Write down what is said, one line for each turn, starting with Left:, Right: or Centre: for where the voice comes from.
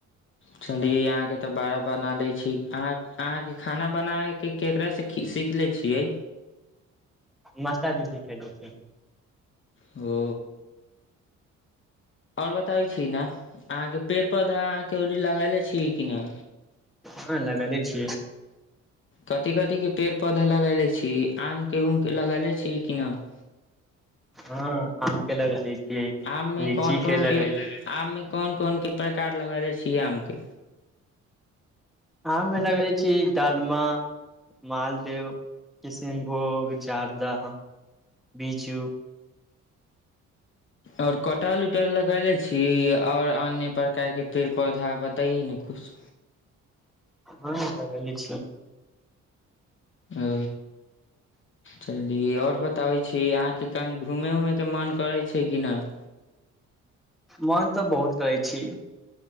Left: चलिये आहाँ के तऽ बड़ा बना लै छी अहाँ अहाँ के खाना बनावे के केकरा से सीखलि छियै
Centre: नाश्ता कि कि कैले छहि
Left: ओ आओर बताबै छी छि नै अहाँ के पेड़ पौधा अहाँ के अबरी लगौले छिये कि नै
Centre: हँ लगेले छियै
Left: कथी कथीक के पेड़ पौधा लगैले छी आम के उम के लगैले छी कि नै <inaudible>
Centre: हँ आम के लगैले छिये
Left: आम मे
Centre: लीची
Left: कोन कोन
Centre: के लगैले
Left: आम मे कोन कोन के प्रकार लगैले छीयै आम के
Centre: आममे लगैले छी डालमा मालदेव किशीनभोग जर्दा बीजू
Left: और कटहल उटहल लगैले छी और अन्य प्रकार के पेड़ पौधा बताई ने कुछ किश
Centre: हँ लगैले छि
Left: ओ चली आओर बताबै छी अहाँके कहीं घूमय उमय के मोन करै छै कि नहि
Centre: मोन तऽ बहुत करै छी